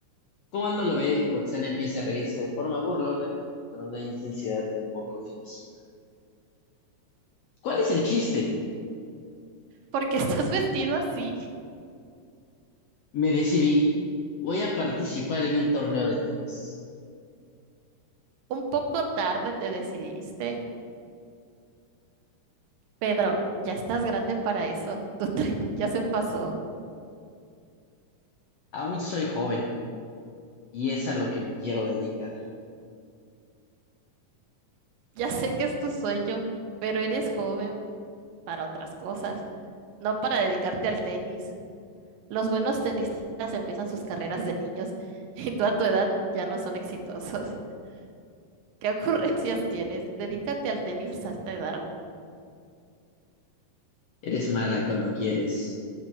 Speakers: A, on the left; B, on the right.
A: Cuando lo ve, Roxana empieza a reírse de forma burlona, con una intensidad un poco fingida. ¿Cuál es el chiste?
B: ¿Por qué estás <laughs> vestido así?
A: Me decidí. Voy a participar en un torneo de tenis.
B: Un poco tarde te decidiste. Pedro, ya estás grande para eso. Tu tren <laughs> ya se pasó.
A: Aún soy joven y es a lo que me quiero dedicar.
B: Ya sé que es tu sueño, pero eres joven para otras cosas, no para dedicarte al tenis. Los buenos tenistas empiezan sus carreras de niños <laughs> y tú a tu edad ya no son exitosos. <laughs> ¿Qué ocurrencias tienes? Dedícate al tenis a esta edad.
A: Eres mala cuando quieres.